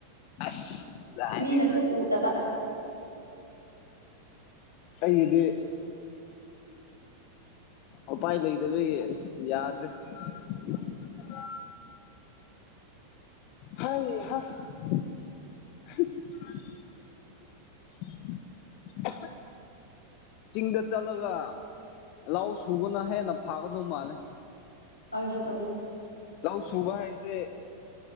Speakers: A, on the left (about 45°); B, on the left (about 85°).
A: ꯑꯁ ꯀꯗꯥꯏꯗꯩꯅꯣꯅꯦ
B: ꯃꯤꯅꯁꯨ ꯎꯗꯕ
A: ꯑꯩꯒꯤꯗꯤ ꯎꯄꯥꯏ ꯂꯩꯇꯕꯒꯤ ꯑꯥꯁ ꯌꯥꯗ꯭ꯔꯦ INAUDIBLE ꯍꯧꯍꯥ INAUDIBLE ꯆꯤꯡꯗ ꯆꯠꯂꯒ ꯂꯧꯁꯨꯕꯅ ꯍꯦꯟꯅ ꯐꯥꯒꯗꯧ ꯃꯥꯜꯂꯦ
B: ꯑꯩꯁ ꯑꯩꯁ
A: ꯂꯧ ꯁꯨꯕ ꯍꯥꯏꯁꯦ